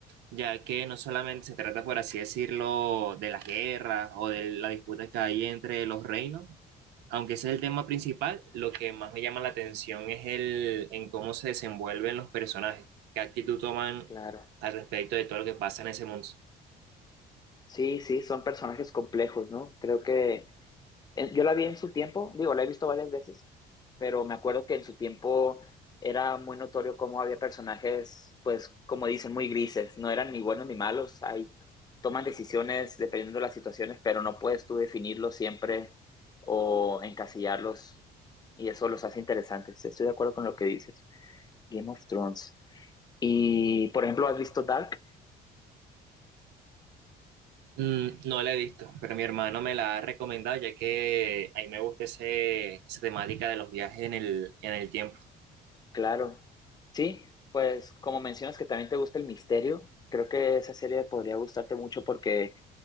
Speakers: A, on the right (about 85°); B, on the left (about 25°).
A: ya que no solamente se trata, por así decirlo, de las guerras o de la disputa que hay entre los reinos, aunque ese es el tema principal, lo que más me llama la atención es el en cómo se desenvuelven los personajes, qué actitud toman
B: Claro.
A: al respecto de todo lo que pasa en ese mundo.
B: Sí, sí, son personajes complejos, ¿no? Creo que en- yo la vi en su tiempo, digo, la he visto varias veces, pero me acuerdo que en su tiempo era muy notorio cómo había personajes, pues, como dicen, muy grises, no eran ni buenos ni malos, ahí toman decisiones dependiendo de las situaciones, pero no puedes tú definirlos siempre o encasillarlos, y eso los hace interesantes. Estoy de acuerdo con lo que dices. Game of Thrones. Y, por ejemplo, ¿has visto Dark?
A: Mm, no la he visto, pero mi hermano me la ha recomendado, ya que a mí me gusta ese, esa temática de los viajes en el, en el tiempo.
B: Claro. Sí, pues como mencionas que también te gusta el misterio, creo que esa serie podría gustarte mucho porque